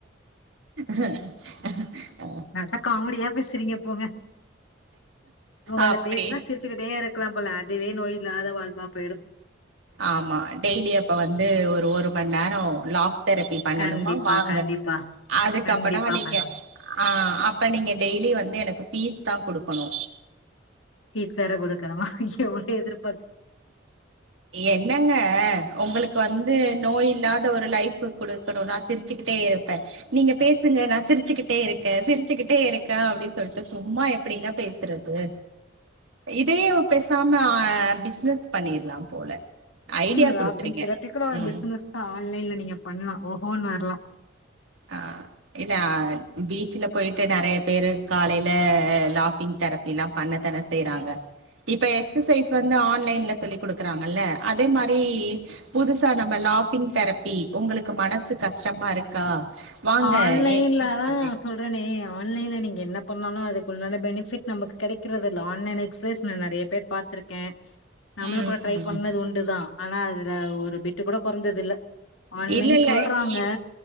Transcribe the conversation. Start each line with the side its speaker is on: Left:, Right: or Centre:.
Right: ஹ
Left: நல்லா காமெடியா பேசுறீங்க போங்க உங்கள்
Right: அப்டி
Left: பேசுனா சிரிச்சுக்கிட்டே இருக்கலாம் போல அதுவே நோயலா வாழ்வா போயிடு
Right: ஆமா டெய்லி அப்ப வந்து ஒரு ஒரு ஒருமநேரொ லாஃப் தெரபி பண்ணணுமா
Left: கண்டிப்பா
Right: வாங்க
Left: கண்டிப்பா
Right: அதுக்கப்படோ
Left: கண்டிப்பா
Right: நீங்க
Left: பண்லா
Right: ஆ அப்ப நீங்க டெய்லி வந்து எனக்கு ஃபீஸ் தா கொடுக்கணு
Left: ஃபீஸ் வேற கொடுக்கணமா ஐயோ என்ட எதிர்
Right: என்னங்க உங்களுக்கு வந்து நோய் இல்லாத ஒரு லை ஃபு குடுக்கணுனா சிரிச்சுக்கிட்டே இருப்பே நீங்க பேசுங்க நா சிரிச்சுக்கிட்டே இருக்கே சிரிச்சுக்கிட்டே இருக்கே அப்படின் சொல்ட்டு சும்மா எப்டிங்க பே சுறது இதையு பேசாம பிசினஸ் பண்ணிட்லா போல ஐடியா
Left: உம் லாஃபிங்
Right: குடுக்குறீங்க
Left: தெரபி கூட ஒரு
Right: ம்
Left: பிசினஸ் தா ஆன்லைன்ல நீங்க பண்லா ஓ ஓன் வர்லா
Right: அ இல்ல பீச்ல போயிட்டு நெறைய பேரு காலையில லாஃபிங் தெரப்பி எல்லா பண்ணத்தானே செய்றாங்க இப்ப எக்ஸசைஸ் வந்து ஆன்லைன்ல சொல்லி கொடுக்குறாங்கல்ல அதே மா ரி புதுசா நம்ம லாஃபிங் தெரப்பி உங்களுக்கு மனசு கஷ்டமா இருக்கா வாங்க
Left: ஆன்லைன்ல
Right: ஏ ஏ
Left: தா
Right: அப்டி
Left: சொல்றேனே ஆன்லைன்ல் நீங்க என்ன பண்ணாலு அதுக்குன்டான பெனிஃபிட் நமக்கு கிடைக்கிறதுதில்ல ஆன்லைன் எக்ஸசைஸ் நா நெறைய பேர் பாத்துருக்கே நம்மளு
Right: ம்
Left: கூட ட்ரை
Right: ம்
Left: பண்ணது உண்டுதா ஆனா அதுல ஒரு பிட்டு கூட கொறஞ்சது இல்ல ஆன்லைன்
Right: இல்ல இல்ல
Left: சொல்றாங்க
Right: இப்